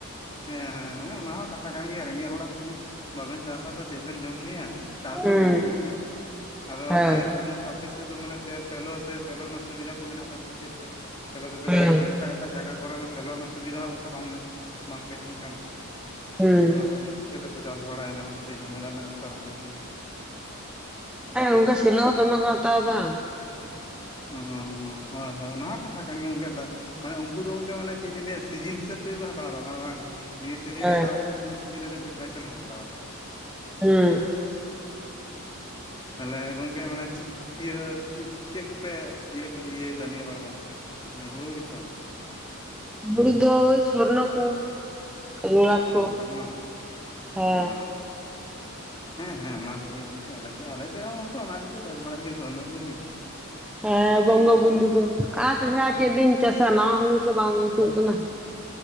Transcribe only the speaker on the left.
ᱦᱮᱸ ᱦᱮᱸ ᱚᱱᱟ ᱦᱚᱸ ᱠᱟᱛᱷᱟ ᱠᱟᱱ ᱜᱮᱭᱟ ᱨᱮᱸᱜᱮᱡ ᱦᱚᱲᱟᱜ ᱡᱩᱫᱤ ᱵᱟᱵᱮᱱ ᱪᱟᱥᱟ ᱛᱚ ᱪᱮᱫ ᱵᱮᱱ ᱡᱚᱢ ᱧᱩᱭᱟ᱾ ᱪᱟᱥ
ᱫᱚ ᱞᱟᱜᱟᱜ ᱠᱟᱱ ᱜᱮᱭᱟ᱾ ᱟᱫᱚ
ᱢᱟᱱᱮ ᱚᱢᱠᱮ ᱟᱯᱮ ᱥᱮᱫ ᱫᱚ ᱢᱟᱱᱮ ᱥᱮᱞᱚ ᱥᱮ ᱥᱮᱞᱚ ᱨᱮᱱᱟᱜ ᱥᱩᱵᱤᱫᱷᱟ ᱠᱚ ᱢᱮᱱᱟᱜ ᱠᱟᱱ ᱠᱷᱟᱹᱛᱤᱨ ᱛᱮ ᱥᱮᱞᱚ ᱛᱮᱯᱮ
ᱪᱟᱥᱫᱟ ᱮᱴᱟᱜ ᱮᱴᱟᱜ ᱡᱟᱭᱜᱟ ᱠᱚᱨᱮ ᱢᱟ ᱥᱮᱞᱚᱜ ᱨᱮᱱᱟᱜ ᱥᱩᱵᱤᱫᱷᱟ ᱚᱱᱠᱟ ᱵᱟᱝ ᱵᱟᱝ ᱛᱟᱦᱮᱱ ᱠᱟᱱ᱾
ᱚᱱᱟ ᱠᱚ ᱜᱮ ᱪᱤᱠᱟᱹᱛᱮᱠᱚ ᱪᱟᱥ ᱵᱟᱲᱟᱭᱫᱟ ᱦᱟᱸᱜ ᱟᱹᱰᱤ ᱡᱷᱟᱢᱮᱞᱟ ᱨᱮᱱᱟᱜ ᱵᱮᱯᱟᱨ ᱚᱱᱟ ᱠᱚᱦᱚᱸ
ᱚ ᱦᱳᱭ ᱦᱳᱭ ᱚᱱᱟ ᱦᱚᱸ ᱠᱟᱛᱷᱟ ᱠᱟᱱ ᱜᱮᱭᱟ ᱜᱚᱝᱠᱮ ᱫᱟ ᱢᱟᱱᱮ ᱩᱝᱠᱩ ᱫᱚ ᱜᱚᱝᱠᱮ ᱢᱟᱱᱮ ᱪᱮᱫᱱᱤᱭᱟᱹ ᱥᱤᱡᱤᱱ ᱦᱤᱥᱟᱹᱵ ᱛᱮᱜᱮ ᱠᱚ ᱦᱟᱛᱟᱣᱫᱟ᱾ ᱢᱟᱱᱮ ᱵᱟᱝ? ᱱᱤᱭᱟᱹ ᱥᱤᱡᱤᱱ
ᱨᱮ ᱫᱟᱜ ᱵᱟᱹᱱᱩᱜᱼᱟ ᱱᱤᱭᱟᱹ ᱥᱤᱡᱤᱱ ᱨᱮᱫᱚ ᱰᱷᱮᱨ ᱯᱚᱭᱥᱟ ᱞᱤᱧ ᱦᱟᱛᱟᱣᱟ᱾
ᱛᱟᱦᱞᱮ ᱜᱚᱝᱠᱮ ᱢᱟᱱᱮ ᱪᱮᱫ ᱤᱭᱟᱹ ᱪᱮᱫ ᱪᱮᱫ ᱠᱚ ᱯᱮ ᱤ ᱤᱭᱟᱹ ᱠᱚ ᱤᱭᱟᱹ ᱮᱫᱟ ᱱᱤᱭᱟᱹ ᱵᱟᱲ ᱫᱚ ᱦᱩᱲᱩ ᱜᱮᱛᱚ?
ᱚ ᱥᱚᱨᱱᱚ
ᱚ ᱦᱮᱸ ᱦᱮᱸ ᱚᱱᱟ ᱠᱚᱜᱮ ᱜᱚᱝᱠᱮ ᱟᱞᱮᱥᱮᱫ ᱟᱞᱮᱥᱮᱫ ᱦᱚᱸ ᱠᱮ ᱚᱱᱟ ᱜᱮᱠᱚ ᱪᱟᱥ ᱵᱟᱲᱟᱭ ᱜᱮᱭᱟ ᱥᱚᱨᱱᱚ ᱠᱚᱜᱮ᱾